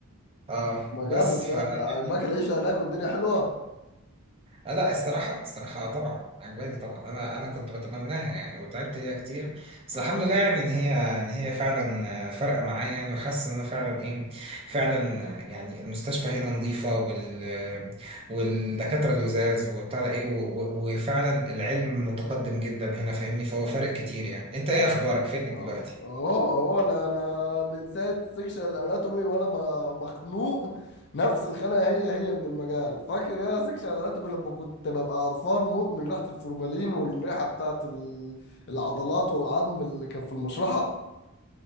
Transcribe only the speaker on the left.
ما
جامد
ده عجباك
العيشة هناك والدنيا حلوة
أك-
اهو
اهو أهو انا انا من ساعة سيكشن الاناتومي وانا ما- مخنوق نفس الخناقة هي هي من المجال فاكر يا سيكشن الاناتومي لما كنت ببقى قرفان موت من ريحة الفورمالين والريحة بتاعت ال- العضلات والعظم اللي كان في المشرحة